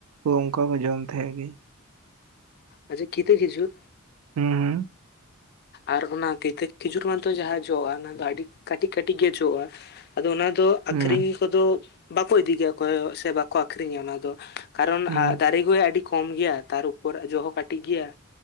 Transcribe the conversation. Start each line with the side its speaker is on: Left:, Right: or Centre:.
Right: ᱚᱝᱠᱟ ᱠᱚ ᱡᱚᱢ ᱛᱟᱦᱮᱸᱫ ᱜᱤ?
Left: ᱟᱪᱪᱷᱟ ᱠᱤᱛᱟ ᱠᱷᱤᱪᱩᱨ᱾
Right: ᱦᱩᱸ ᱦᱩᱸ᱾
Left: ᱟᱨ ᱚᱱᱟ ᱠᱤᱛᱟᱹ ᱠᱷᱤᱡᱩᱨ ᱢᱟᱛᱚ ᱡᱟᱦᱟᱸ ᱡᱚᱜᱼᱟ᱾ ᱚᱱᱟ ᱫᱚ ᱟᱹᱰᱤ ᱠᱟᱹᱴᱤᱡ ᱠᱟᱹᱴᱤᱡ ᱜᱮ ᱡᱚᱜᱼᱟ᱾ ᱟᱫᱚ ᱚᱱᱟ ᱫᱚᱻᱻ
Right: ᱦᱩᱸ
Left: ᱟᱠᱷᱨᱤᱧ ᱠᱚᱫᱚ ᱵᱟᱠᱚ ᱤᱫᱤᱭᱟ ᱚᱠᱚᱭ ᱦᱚᱸ ᱥᱮ ᱵᱟᱠᱚ ᱟᱠᱷᱨᱤᱧᱟ ᱚᱱᱟ ᱫᱚ ᱠᱟᱨᱚᱱ
Right: ᱦᱩᱸ
Left: ᱫᱟᱨᱮ ᱟᱹᱰᱤ ᱠᱚᱢ ᱜᱮᱭᱟ ᱛᱟᱨ ᱩᱯᱚᱨ ᱡᱚ ᱦᱚᱸ ᱠᱟᱹᱴᱤᱡ ᱜᱮᱭᱟ